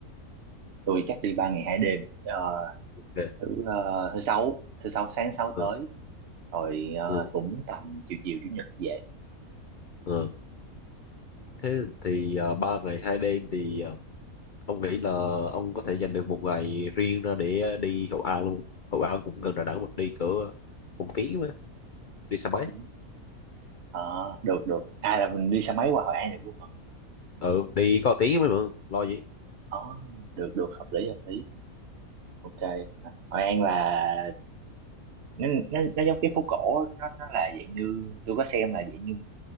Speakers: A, on the right; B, on the left.
A: tôi chắc đi ba ngày hai đêm Ờ,
B: Để-
A: thứ ờ, thứ sáu thứ sáu sáng sáu
B: Ừ,
A: tới rồi ờ,
B: ừ,
A: cũng tầm chiều chiều chủ nhật về
B: ừ. Thế thì ờ, ba ngày hai đêm thì ờ, ông nghĩ là ông có thể dành được một ngày riêng ra để ờ, đi Hội An luôn. Hội An cũng gần Đà Nẵng mà đi cỡ một tiếng mà đi xe máy.
A: Ừ. Ờ, được được à là mình đi xe máy qua Hội An được luôn hả
B: Ừ, đi có tiếng mới mà lo gì.
A: Ờ, được được hợp lý hợp lý ok Hội An là nó, nó, nó giống cái phố cổ nó nó là dạng như tôi có xem là dạng như